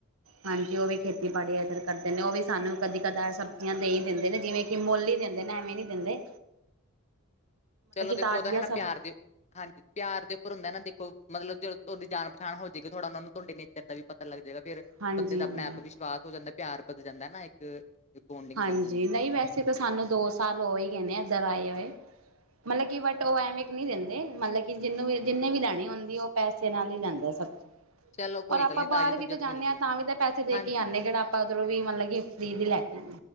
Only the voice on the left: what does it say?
ਚਲੋ ਦੇਖੋ
ਓ ਤੋ ਹੈ ਨਾ
ਪਿਆਰ ਦੇ ਹਾਂਜੀ ਪੇਆਰ ਦੇ ਉੱਪਰ ਹੁੰਦਾ ਨਾ ਦੇਖੋ ਮਤਲਵ ਜ ਓਦੀ ਜਾਣ-ਪਛਾਣ ਹੋ ਜੇਗੀ ਥੋੜਾ ਓਨਾ ਨੂੰ ਤੁਹਾਡੇ ਨੇਚਰ ਦਾ ਵੀ ਪਤਾ ਲੱਗ ਜੇਗਾ ਫੇਰ
ਬੰਦੇ ਦਾ
ਆਪਣੇ ਆਪ ਵਿਸ਼ਵਾਸ ਹੋ ਜਾਂਦਾ ਪਿਆਰ ਬਧ ਜਾਂਦਾ ਨਾ ਇੱਕ ਬੋਂਡਿੰਗ
ਬਣ ਜਾਂਦੀ ਹੈ
<inaudible> ਕੋਈ
ਗੱਲ ਨੀ
ਤਾਜ਼ੀ ਸਬਜ਼ੀ
ਮਿਲਦੀ
ਹੈ
ਹਾਂਜੀ